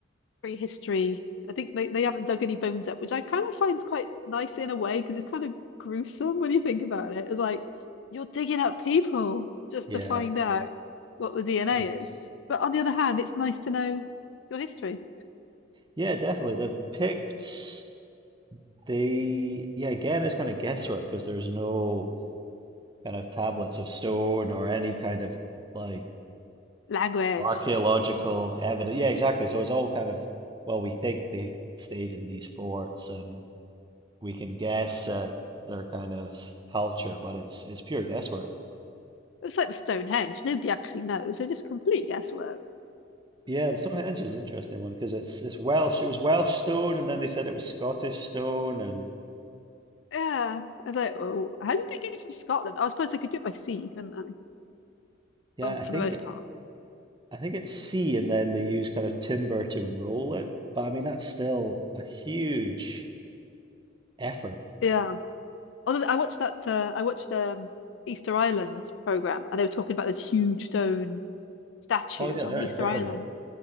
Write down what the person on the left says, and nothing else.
prehistory. I think they, they haven't dug any bones up, which I kind of find quite nice in a way because it's kind of gruesome when you think about it. It's like you're digging up people just
to find out what the DNA
is. But on the other hand, it's nice to know your history,
language.
It's like the Stonehenge. Nobody actually knows. They're just complete guesswork.
Yeah. I was like, oh, how did they get it from Scotland? Oh, I suppose they could do it by sea, couldn't they?
Um,
for
the most part.
Yeah. Although I watched that, uh, I watched um, Easter Island program, and they were talking about those huge stone statues
on
the Easter
Island.